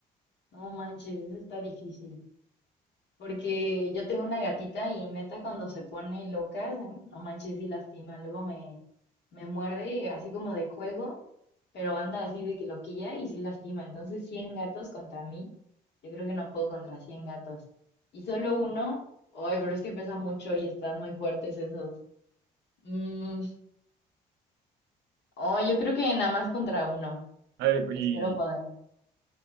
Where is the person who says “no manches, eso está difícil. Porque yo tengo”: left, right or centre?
Left